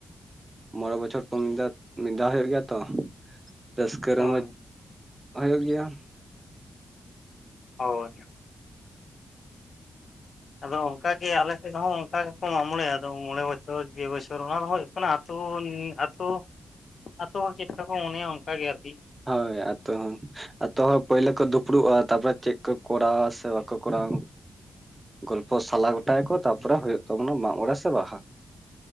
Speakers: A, on the right; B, on the left.
A: ᱢᱚᱬᱮ ᱵᱚᱪᱷᱚᱨ ᱯᱚᱱ ᱫᱮᱛ ᱢᱤᱫ ᱫᱷᱟᱣ ᱦᱩᱭᱩᱜ ᱜᱮᱭᱟ ᱛᱚ ᱨᱟᱹᱥᱠᱟᱹ ᱨᱚᱢᱚᱡᱽ
B: ᱦᱳᱭ
A: ᱦᱩᱭᱩᱜ ᱜᱮᱭᱟ᱾
B: ᱦᱳᱪ ᱟᱫᱚ ᱚᱱᱠᱟᱜᱮ ᱟᱞᱮ ᱥᱮᱫ ᱦᱚᱸ ᱚᱱᱠᱟ ᱢᱟᱜ ᱢᱚᱬᱮ ᱟᱫᱚ ᱢᱚᱬᱮ ᱵᱚᱪᱷᱚᱨ ᱜᱮ ᱵᱚᱪᱷᱚᱨ ᱚᱱᱟ ᱫᱚ ᱦᱩᱭᱩᱜ ᱠᱟᱱᱟ ᱟᱹᱛᱩ-ᱟᱛᱳ ᱟᱛᱳ ᱦᱚᱲ ᱪᱮᱫᱠᱟ ᱠᱚ ᱢᱚᱱᱮᱭᱟ ᱚᱱᱠᱟ ᱜᱮ ᱟᱨ ᱠᱤ
A: ᱦᱳᱭ ᱟᱛᱳ ᱦᱚᱸ ᱟᱹᱛᱩ ᱦᱚᱲ ᱯᱳᱭᱞᱳ ᱠᱚ ᱫᱩᱯᱲᱩᱵᱼᱟ ᱛᱟᱨᱯᱚᱨᱮ ᱪᱮᱫ ᱠᱚ ᱠᱚᱨᱟᱣᱟ ᱥᱮ ᱵᱟᱠᱚ ᱠᱚᱨᱟᱣᱟ ᱜᱚᱞᱯᱚ ᱥᱟᱞᱟ ᱜᱚᱴᱟᱭᱟᱠᱚ ᱛᱟᱯᱚᱨᱮ ᱦᱩᱭᱩᱜ ᱛᱟᱵᱚᱱᱟ ᱢᱟᱜ ᱢᱚᱬᱮ ᱥᱮ ᱵᱟᱦᱟ